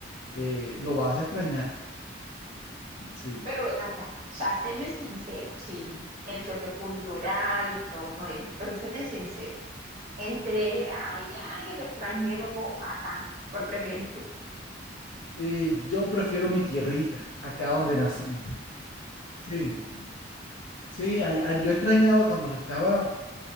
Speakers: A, on the left; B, on the right.
A: eh, lo vas a extrañar, sí.
B: Pero ven acá, o sea, séme sincero, sí, el choque cultural y todo lo demás, pero séme sincero, entre allá en el extranjero o acá, ¿cuál prefieres tú?
A: Eh, yo prefiero mi tierrita, acá donde nací. Sí, sí, allá- yo extrañaba cuando estaba